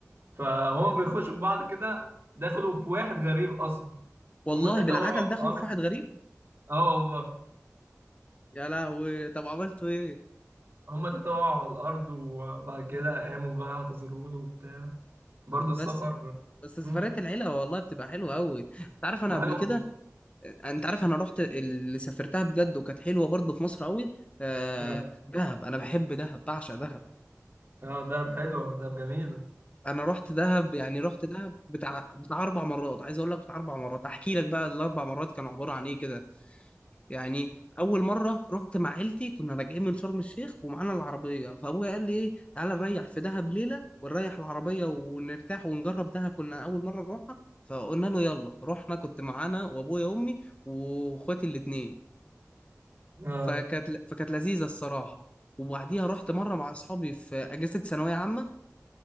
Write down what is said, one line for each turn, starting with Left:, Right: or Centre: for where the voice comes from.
Right: فهم بيخشوا في بعض كده دخلوا في واحد غريب اصلا
Left: والله
Right: هم تلاته
Left: بالعجل
Right: وقعوا
Left: دخلوا
Right: على الارض
Left: في واحد غريب
Right: اه والله
Left: يا لهوي طب عملتوا إيه
Right: هم تلاته وقعوا على الارض وبعد كده قاموا بقى اعتذروا له وبتاع برضه السفر
Left: بس بس سفريات
Right: مم.
Left: العيلة والله بتبقى حلوة أوي أنت عارف أنا
Right: تبقى
Left: قبل
Right: حلو
Left: كده أنت عارف أنا رحت اللي سافرتها بجد وكانت حلوة برضه في مصر أوي آه...
Right: اه
Left: دهب أنا بحب دهب بعشق دهب
Right: آه، دهب حلوه دهب جميله
Left: أنا رحت دهب يعني رحت دهب بتاع بتاع أربع مرات عايز أقول لك بتاع أربع مرات أحكي لك بقى الأربع مرات كانوا عبارة عن إيه كده يعني اول مره رحت مع عيلتي كنا راجعين من شرم الشيخ ومعانا العربيه فابويا قال لي ايه تعالى نريح في دهب ليله ونريح العربيه ونرتاح ونجرب دهب كنا اول مره نروحها فقلنا له يلا رحنا كنت معانا وابويا وامي واخواتي الاتنين
Right: اه
Left: فكانت فكانت لذيذه الصراحه وبعديها رحت مره مع اصحابي في اجازه ثانويه عامه